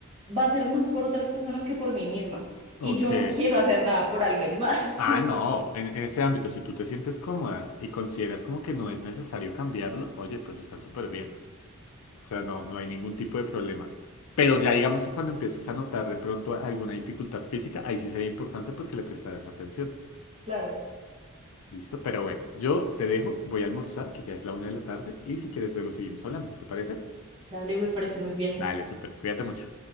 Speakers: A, on the right; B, on the left.
A: va a ser más por otras personas que por mí misma
B: Ok.
A: y yo no <laughs> quiero hacer nada por alguien más. <laughs>
B: Ah, no. En, en ese ámbito, si tú te sientes cómoda y consideras como que no es necesario cambiarlo, oye, pues está súper bien. O sea, no, no hay ningún tipo de problema. Pero ya digamos que cuando empieces a notar de pronto alguna dificultad física, ahí sí sería importante pues que le prestaras atención.
A: Claro,
B: ¿Listo? Pero bueno, yo te dejo, voy a almorzar, que ya es la una de la tarde, y si quieres luego seguimos hablando. ¿Te parece?
A: dale, me parece muy bien.
B: Dale, súper. Cuídate mucho.